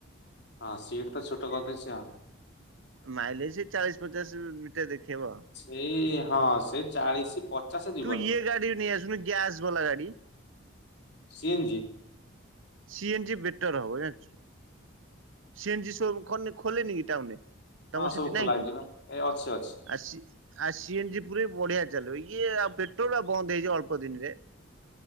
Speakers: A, on the left; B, on the right.
A: ହଁ, ସିଟ୍ ତ ଛୋଟ କରି ଦେଇଛି।
B: ମାଇଲେଜ ସେଇ ଚାଳିଶ ପଚାଶ ଭିତରେ ଦେଖେଇବ।
A: ଏଇ ହଁ ସେ ଚାଳିଶ ପଚାଶ ଯିବନି
B: ତୁ ଇଏ ଗାଡ଼ି ନେଇ ଆସୁନୁ ଗ୍ୟାସ ବାଲା ଗାଡ଼ି।
A: C N G.
B: C N G better ହବ ଜାଣିଛୁ। ସି ଏନ୍ ଜି ସୋ ଖୋଲେନି କି ଟାଉନ ତମର
A: ହଁ
B: ସେଠି
A: ସବୁ ଖୋଲା
B: ନାଇଁ
A: ହେଇଯିବ
B: କି।
A: ଏ ଅଛି ଅଛି
B: ଆ ଆ ସିଏନଜି ପୁରୀ ବଢିଆ ଚାଲିବ ଇଏ ଆଉ ପେଟ୍ରୋଲ ବନ୍ଦ ହେଇଛିିବ ଅଳ୍ପ ଦିନରେ।